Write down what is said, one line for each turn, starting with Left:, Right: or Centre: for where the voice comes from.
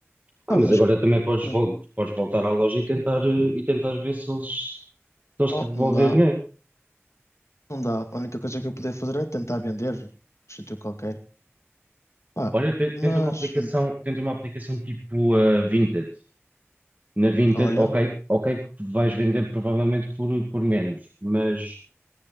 Right: Ah,
Left: Pá,
Right: mas
Left: mas,
Right: agora também podes,
Left: hum,
Right: vol- podes voltar à loja e tentar, eh, e tentar ver se eles, se eles
Left: oh,
Right: te devolvem
Left: não dá,
Right: o dinheiro.
Left: não dá. A única coisa que eu podia fazer é tentar vender, num sítio qualquer. Pá,
Right: Olha, te- tenta
Left: mas,
Right: uma aplicação,
Left: hum,
Right: tenta uma aplicação tipo a Vinted. Na Vinted,
Left: olha,
Right: ok, ok que vais vender provavelmente por, por menos, mas.